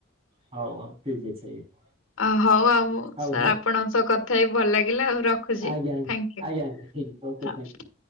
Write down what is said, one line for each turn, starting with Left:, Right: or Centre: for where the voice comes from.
Right: ହଉ ହଉ ଠିକ୍ ଅଛି ଆଜ୍ଞା
Left: ଅ ହଉ ଆଉ ବୋ
Right: ହଉ
Left: ସାର୍
Right: ର
Left: ଆପଣଙ୍କ ସହ କ ଥା ହେଇ ଭଲ ଲାଗିଲା ଆଉ ରଖୁଛି
Right: ଆଜ୍ଞା ଆଜ୍ଞା
Left: ଥାଙ୍କ ୟୁ
Right: ଆଜ୍ଞା ଆଜ୍ଞା ଠିକ ଅଛି ଓକେ ଥ୍ୟାଙ୍କ
Left: ହଁ
Right: ୟୁ।